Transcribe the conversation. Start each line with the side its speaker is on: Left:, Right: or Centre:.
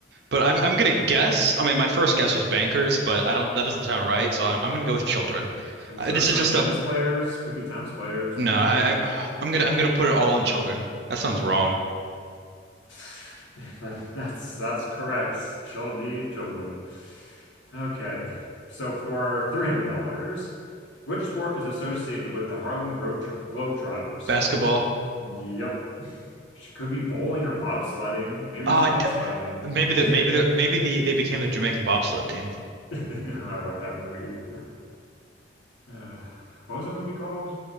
Right: But I'm I'm gonna guess. I mean, my first guess was bankers, but I don't. That doesn't sound right. So I'm I'm gonna go with children.
Left: you
Right: Uh,
Left: sure
Right: this
Left: it's
Right: is
Left: not
Right: just
Left: tennis
Right: a
Left: players? Could be tennis players,
Right: no.
Left: who knows?
Right: I, I I'm gonna I'm gonna put it all on children. That sounds wrong.
Left: <laughs> That's that's correct. Children, children. Okay, so for $300, which sport is associated with the Harlem Globe Globetrotters?
Right: Basketball.
Left: Yep. She could be bowling or bobsledding. Maybe
Right: Uh,
Left: there's bobsledding
Right: d- maybe
Left: ones.
Right: that maybe that maybe the they became the Jamaican bobsled team.
Left: <laughs> I like that movie. <sighs> Uh, what was that movie called?